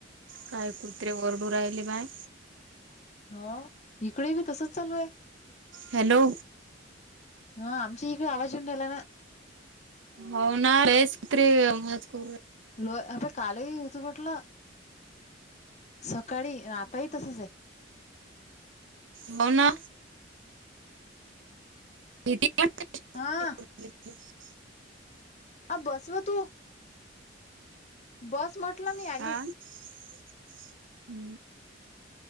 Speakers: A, on the right (about 75°); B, on the left (about 35°).
A: काय कुत्रे वोरडू राहिले बाय.
B: ह इकडे बी तसच चालू आहे.
A: हॅलो!
B: हा आमचा इकडे आवाज येऊन राहिला.
A: हो ना रेस कु..
B: लो आता काल ही होतं म्हटलं सकाळी आताही तसच आहे.
A: मघ ना. <unintelligible>
B: हा आ बसव तू. बस म्हटलं मी
A: हा
B: आलीस.
A: हम्म.